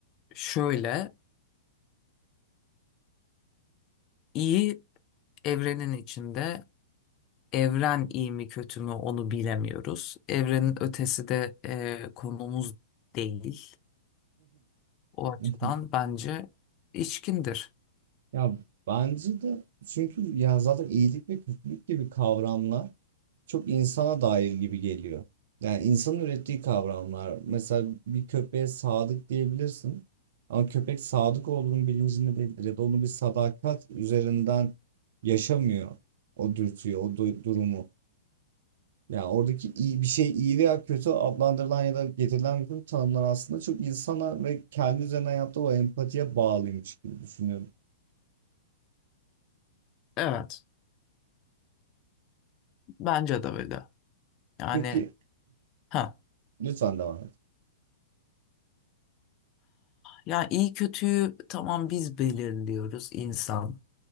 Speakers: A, on the left; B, on the right.
A: şöyle iyi evrenin içinde evren iyi mi kötü mü onu bilemiyoruz. Evrenin ötesi de eee, konumuz değil. O açıdan
B: <laughs>
A: bence içkindir.
B: Ya bence de çünkü ya zaten iyilik ve kötülük gibi kavramlar çok insana dair gibi geliyor. Yani insanın ürettiği kavramlar. Mesela bir köpeğe sadık diyebilirsin. Ama köpek sadık olduğunun bilincinde değildir ya da onu bir sadakat üzerinden yaşamıyor o dürtüyü, o du- durumu. Yani oradaki iyi bir şey iyi veya kötü adlandırılan ya da getirilen bütün tanımlar aslında çok insana ve kendi üzerinden yaptığı o empatiye bağlıymış gibi düşünüyorum.
A: Evet, bence de öyle. Yani
B: Peki <laughs>
A: ha.
B: lütfen devam et.
A: Yani iyi kötüyü tamam biz belirliyoruz insan.